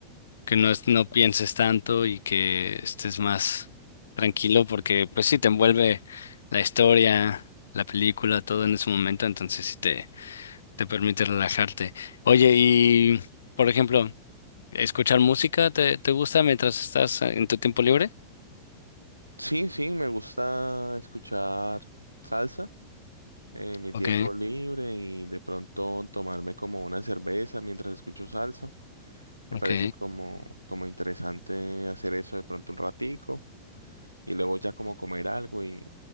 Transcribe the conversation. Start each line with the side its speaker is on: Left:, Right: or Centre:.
Left: que no, es- no pienses tanto y que estés más tranquilo porque pues sí te envuelve la historia, la película, todo en ese momento, entonces sí te, te permite relajarte. Oye, y por ejemplo, ¿escuchar música te, te gusta mientras estás en tu tiempo libre?
Right: Sí, sí, me gusta escuchar salsa en mi
Left: Ok,
Right: tiempo libre y de pronto tomarme como una cerveza mientras escucho salsa. Me
Left: ok,
Right: parece como, como interesante hacer eso de pronto un ratico y luego ya como comer algo y,